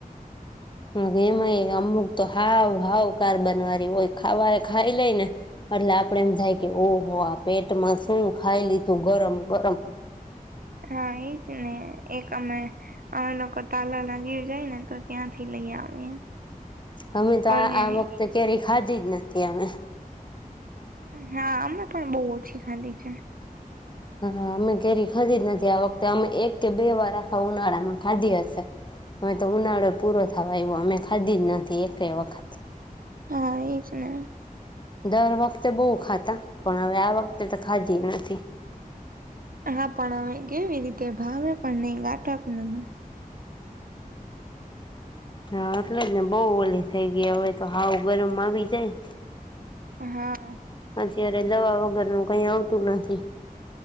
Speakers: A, on the left; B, on the right.
A: હ એમાંય અમુક તો હાવ હાવ કાર્બન વાળી હોય ખાવાય ખાવાય લઈને એટલે આપડે એમ થાય કે ઓહો આ પેટમાં શું ખાઈ લીધું ગરમ ગરમ
B: હા એજ ને એક અમે અમે લોકો તાલાના ગીર જાયને તો ત્યાંથી લઈ આવીએ
A: અમેતો આ
B: ઓર્ગેનિક
A: આ વખતે કેરી ખાધી જ <unintelligible>
B: હા અમે પણ બહુ ઓછી ખાધી છે.
A: હા અમે કેરી ખાધી જ નથી આ વખતે અમે એક કે બે વાર આખા ઉનાળામાં ખાધી હશે હવે તો ઉનાળો પૂરો થવા આવ્યો અમે ખાધી જ નથી એકય વખત
B: હા એજને
A: દર વખતે બહુ ખાતા પણ હવે આ વખતે તો ખાધીય નથી
B: હા પણ હવે કેવી રીતે ભાવે પણ નહી <inaudible>
A: હા એટલે જ ને બહુ ઓલી થઈ ગઈ હવે તો હાવ ગરમ આવી જાય
B: હા.
A: અત્યારે દવા વગરનું કઈ આવતું નથી